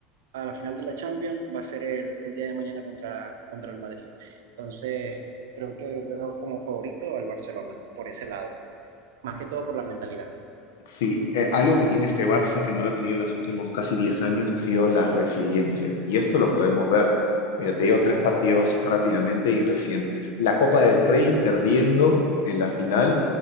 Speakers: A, on the right; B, on the left.
A: a la final de la Champions, va a ser el, el día de mañana contra, contra el Madrid. Entonces, creo que veo como favorito al Barcelona, por ese lado, más que todo por la mentalidad.
B: Sí, eh, algo que tiene este Barça que no lo ha tenido en los últimos casi 10 años ha sido la resiliencia. Y esto lo podemos ver. Mira, te digo tres partidos rápidamente y recientes. La Copa del Rey perdiendo en la final